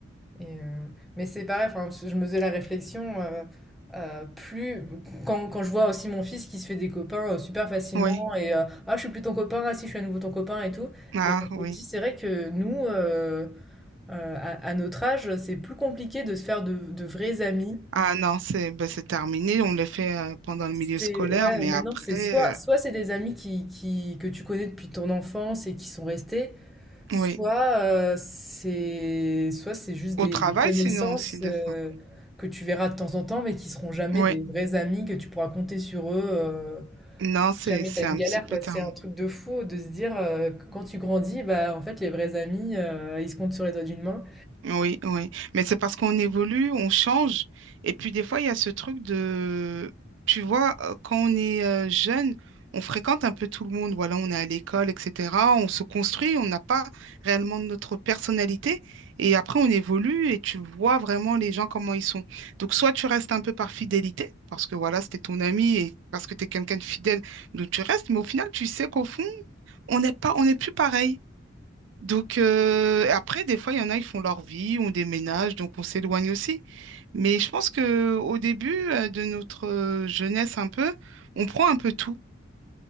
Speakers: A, in the centre; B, on the right.
A: Et, euh, mais c'est pareil, enfin, je me faisais la réflexion, euh, euh, plus quand, quand je vois aussi mon fils qui se fait des copains euh, super facilement
B: Oui.
A: et euh, ah je suis plus ton copain, ah si je suis à nouveau ton copain et tout.
B: Ah
A: Et je
B: oui.
A: me dis c'est vrai que nous, euh, euh, à, à notre âge, c'est plus compliqué de se faire de, de vrais amis.
B: Ah non, c'est bah, c'est terminé. On le fait euh, pendant le milieu
A: C'est
B: scolaire,
A: ouais,
B: mais
A: maintenant
B: après,
A: c'est soit soit
B: euh,
A: c'est des amis qui, qui que tu connais depuis ton enfance et qui sont restés, Soit,
B: oui.
A: heu, c'est soit c'est juste des
B: Au travail,
A: des connaissances,
B: sinon aussi, des
A: heu,
B: fois.
A: que tu verras de temps en temps, mais qui seront jamais
B: Oui.
A: des vrais amis que tu pourras compter sur eux, heu,
B: Non, c'est
A: si jamais
B: c'est
A: tu as une
B: un
A: galère,
B: petit peu
A: quoi.
B: terminé.
A: C'est un truc de fou de se dire, heu, que quand tu grandis, bah, en fait, les vrais amis, heu, ils se comptent sur les doigts d'une main.
B: Oui, oui. Mais c'est parce qu'on évolue, on change. Et puis des fois, il y a ce truc de, tu vois, euh, quand on est euh, jeune, on fréquente un peu tout le monde. Voilà, on est à l'école, etc. On se construit, on n'a pas réellement notre personnalité. Et après, on évolue et tu vois vraiment les gens comment ils sont. Donc, soit tu restes un peu par fidélité, parce que voilà, c'était ton ami et parce que tu es quelqu'un de fidèle, donc tu restes. Mais au final, tu sais qu'au fond, on n'est pas, on n'est plus pareil. Donc, euh, après, des fois, il y en a, ils font leur vie, on déménage, donc on s'éloigne aussi. Mais je pense que au début euh, de notre euh, jeunesse un peu, on prend un peu tout.